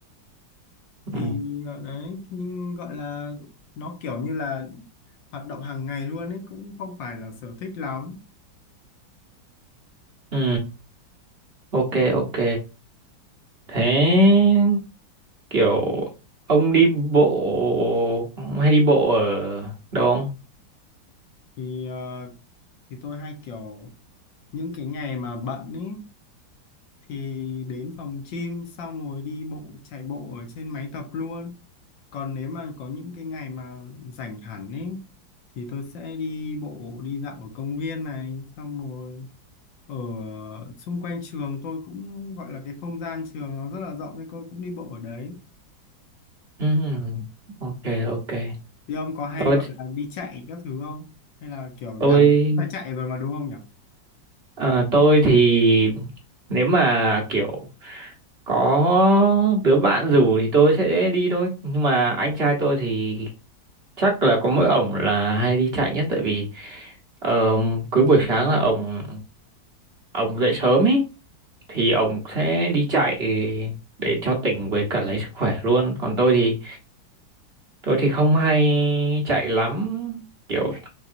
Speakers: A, on the left; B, on the right.
A: thì
B: ừ
A: ở đấy nhưng gọi là nó kiểu như là hoạt động hàng ngày luôn ấy cũng không phải là sở thích lắm
B: ừ ok ok thế kiểu ông đi bộ hay đi bộ ở đâu
A: thì ờ, thì tôi hay kiểu những cái ngày mà bận ý thì đến phòng gym xong rồi đi bộ chạy bộ ở trên máy tập luôn còn nếu mà có những cái ngày mà rảnh hẳn ý thì tôi sẽ đi bộ đi dạo ở công viên này xong rồi ở xung quanh trường tôi cũng gọi là cái không gian trường nó rất là rộng nên tôi cũng đi bộ ở đấy
B: Ừm, ok ok
A: thì ông có hay
B: tôi
A: gọi là đi chạy các thứ không hay là kiểu
B: tôi
A: đạp phải chạy rồi mà đúng không nhỉ
B: ờ, tôi thì nếu mà kiểu có đứa bạn rủ thì tôi sẽ đi thôi nhưng mà anh trai tôi thì chắc là có mỗi ổng là hay đi chạy nhất tại vì ờ, cứ buổi sáng là ổng ổng dậy sớm ấy thì ổng sẽ đi chạy để cho tỉnh với cả lấy sức khỏe luôn còn tôi thì tôi thì không hay chạy lắm kiểu